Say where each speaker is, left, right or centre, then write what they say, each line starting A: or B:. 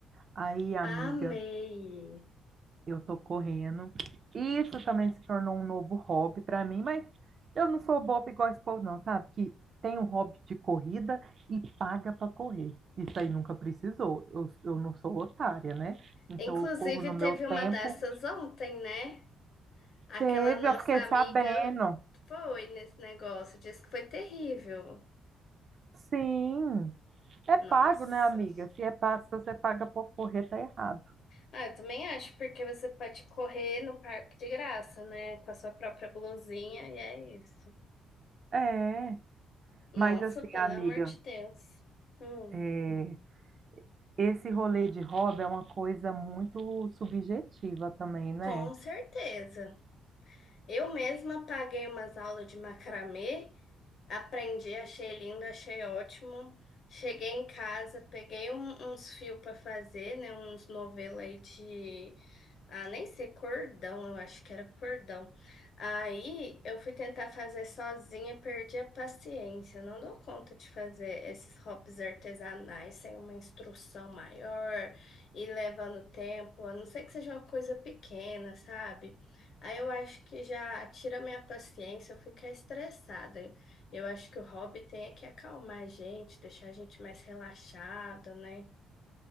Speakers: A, on the right (about 45°); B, on the left (about 65°).
A: Aí, amiga.
B: Amei.
A: Eu tô correndo. Isso também se tornou um novo hobby para mim, mas eu não sou boba igual esse povo, não, sabe? Que tem um hobby de corrida e paga para correr. Isso aí nunca precisou. Eu, eu não sou otária, né? Então
B: Inclusive,
A: eu corro no meu
B: teve uma
A: tempo.
B: dessas ontem, né? Aquela
A: Teve,
B: nossa
A: eu fiquei
B: amiga
A: sabendo.
B: foi nesse negócio, disse que foi terrível.
A: Sim, é pago,
B: Nossa.
A: né, amiga? Se é pago, se você paga para correr, tá errado.
B: Ah, eu também acho, porque você pode correr no parque de graça, né? Com a sua própria blusinha, e é isso.
A: É,
B: Nossa,
A: mas assim,
B: pelo
A: amiga,
B: amor de Deus. Hum,
A: é, Esse rolê de hobby é uma coisa muito subjetiva também, né?
B: com certeza. Eu mesma paguei umas aulas de macramê, aprendi, achei lindo, achei ótimo. Cheguei em casa, peguei um- uns fios para fazer, né? Uns novelos aí de. Ah, nem sei, cordão, eu acho que era cordão. Aí eu fui tentar fazer sozinha, perdi a paciência. Não dou conta de fazer esses hops artesanais sem uma instrução maior e levando tempo, a não ser que seja uma coisa pequena, sabe? Aí eu acho que já tira minha paciência, eu ficar estressada. Eu acho que o hobby tem é que acalmar a gente, deixar a gente mais relaxada, né?